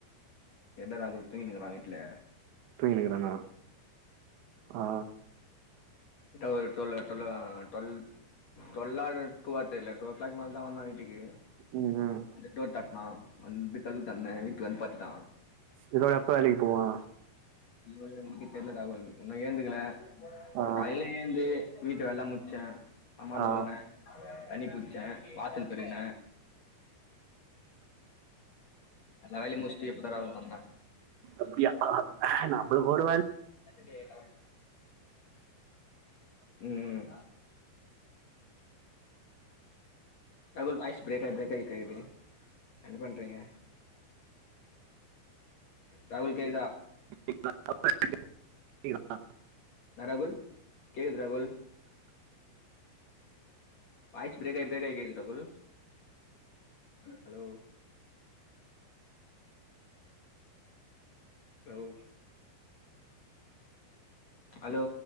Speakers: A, on the left (about 50°); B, on the right (about 75°).
A: எட்ட ரகுல் தூங்கினுக்குறா வீட்டு்ல
B: தூங்கினுக்குறானா ஆ
A: கிட்ட ஒரு ட்வல்லோ ட்வல்லோ டுவல் டுவெல்லா டூவா தெர்ல டூ ஓ கிளாக் மேலே தா வந்தா வீட்டுக்கு
B: ம் ம்
A: வந்து டோர் தட்டுனா வந்து கதுவு தொறந்தே வீட்டுல வந்து படுத்துட்டான்
B: இதோட எப்ப வேலைக்கு போவா
A: <unintelligible> தெரில்ல தகவல் இன்னு ஏந்துக்கல
B: ஆ
A: காலைல ஏந்து வீட் வெலல்லா முச்செ அம்மா
B: ஆ
A: தொல்லன்ன தண்ணி புச்சே வாசல் பெருக்குன எல்லா வேலயு முச்சுட்டு இப்பதா ராவுக்கு வந்த
B: அப்டியா நம்மளுக்கு ஒரு வேல
A: சகஜெ கெளம்பு உம் ராகுல் வாய்ஸ் பிரேக்காகி பிரேக்காகி கேக்குது என்ன பண்றீங்க ராகுல் கேக்தா
B: <inaudible>
A: என்ன ராகுல் கேக்குது ராகுல் வாய்ஸ் பிரேக் ஆகி பிரேக் ஆயி கேக்குது ராகுல் ஹலோ ஹலோ ஹலோ